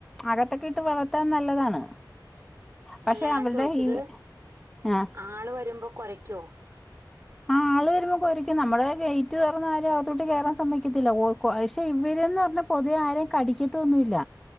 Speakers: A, in the centre; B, on the right.
A: അകത്തൊക്കെ ഇട്ട് വളർത്താൻ നല്ലതാണ് പക്ഷെ
B: അല്ല ഞാൻ
A: അവരുടെ
B: ചോദിച്ചത്
A: ഈ ആ
B: ആള് വരുമ്പോ കുരയ്ക്കുവോ
A: ആഹ് ആള് വരുമ്പോൾ കൊരയ്ക്കും നമ്മുടെ ഗേറ്റ് തുറന്ന് ആരേം അകത്തോട്ട് കേറാൻ സമ്മതിക്കത്തില്ല പക്ഷെ ഇവര്ന്ന് പറഞ്ഞാ പൊതുവേ ആരെയും കടിക്കത്തൊന്നുമില്ല